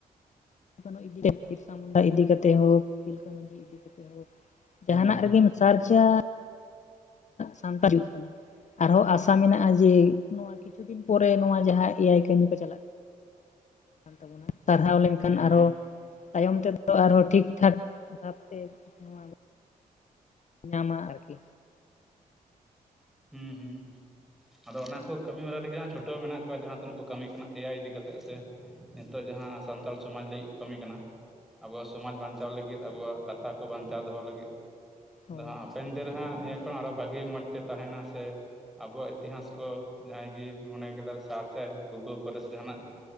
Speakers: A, on the left; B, in the centre.
A: ᱳ ᱤᱫᱤ ᱵᱤᱨᱥᱟ ᱢᱩᱱᱰᱟ ᱤᱫᱤ ᱠᱟᱛᱮ ᱦᱳ ᱛᱤᱞᱠᱟᱹ ᱢᱟᱹᱡᱷᱤ ᱤᱫᱤ ᱠᱟᱛᱮ ᱦᱳ ᱡᱟᱦᱟᱱᱟᱜ
B: ᱦᱩᱸ ᱦᱩᱸ
A: ᱨᱮᱜᱮᱢ ᱥᱟᱨᱡᱟ ᱥᱟᱱᱛᱟᱲ ᱦᱤᱡ ᱠᱟᱱᱟ ᱟᱨᱦᱚᱸ ᱟᱥᱟ ᱢᱮᱱᱟᱜᱼᱟ ᱡᱮ ᱱᱚᱣᱟ ᱠᱤᱪᱷᱩ ᱫᱤᱱ ᱯᱚᱨᱮ ᱱᱚᱣᱟ ᱡᱟᱦᱟᱸ ᱮ ᱟᱭ ᱠᱟᱹᱢᱤ ᱠᱚ ᱪᱟᱞᱟᱜ ᱠᱟᱱ ᱛᱟᱵᱚᱱᱟ ᱥᱟᱨᱦᱟᱣ ᱞᱮᱱᱠᱷᱟᱱ
B: ᱦᱩᱸ
A: ᱟᱨᱦᱚᱸ
B: ᱦᱩᱸ
A: ᱛᱟᱭᱚᱢ ᱛᱮᱫᱚ ᱟᱨᱦᱚᱸ ᱴᱷᱤᱠ ᱴᱷᱟᱠ ᱵᱷᱟᱵᱛᱮ ᱱᱚᱣᱟ ᱵᱚᱱ ᱧᱟᱢᱟ ᱟᱨᱠᱤ
B: ᱦᱮᱸ ᱦᱩᱸ ᱟᱫᱚ ᱚᱱᱟ ᱠᱚ ᱠᱟᱹᱢᱤ ᱦᱚᱨᱟ ᱨᱮᱜᱮ ᱦᱟᱸᱜ ᱪᱷᱩᱴᱟᱹᱣ ᱢᱮᱱᱟᱜ ᱠᱚᱣᱟ ᱡᱟᱦᱟᱸ ᱛᱤᱱᱟᱹᱜ ᱠᱚ ᱠᱟᱹᱢᱤ ᱠᱟᱱᱟ ᱮᱭᱟᱭ ᱤᱫᱤ ᱠᱟᱛᱮᱜ ᱥᱮ ᱱᱤᱛᱚᱜ ᱡᱟᱦᱟᱸ ᱥᱟᱱᱛᱟᱲ ᱥᱚᱢᱟᱡᱽ ᱞᱟᱹᱜᱤᱫ ᱠᱚ ᱠᱟᱹᱢᱤ ᱠᱟᱱᱟ ᱟᱵᱚᱣᱟᱜ ᱥᱚᱢᱟᱡ ᱵᱟᱧᱪᱟᱣ ᱞᱟᱹᱜᱤᱫ ᱟᱵᱚᱣᱟᱜ ᱠᱟᱛᱷᱟ ᱠᱚ ᱵᱟᱧᱪᱟᱣ ᱫᱚᱦᱚ ᱞᱟᱹᱜᱤᱫ ᱟᱫᱚ
A: ᱦᱳᱭ
B: ᱦᱟᱸᱜ ᱦᱟᱯᱮᱱ ᱫᱤᱱ ᱨᱮ ᱦᱟᱸᱜ ᱱᱤᱭᱟᱹ ᱠᱷᱚᱱ ᱟᱨᱚ ᱵᱷᱟᱜᱤ ᱢᱚᱸᱡᱽ ᱛᱮ ᱛᱟᱦᱮᱱᱟ ᱥᱮ ᱟᱵᱚᱣᱟᱜ ᱤᱛᱤᱦᱟᱥ ᱠᱚ ᱡᱟᱦᱟᱸᱭ ᱜᱮ ᱢᱚᱱᱮ ᱠᱮᱫᱟ ᱥᱟᱨᱪᱟᱭ ᱜᱩᱜᱳᱞ ᱠᱚᱨᱮ ᱥᱮ ᱡᱟᱦᱟᱱᱟᱜ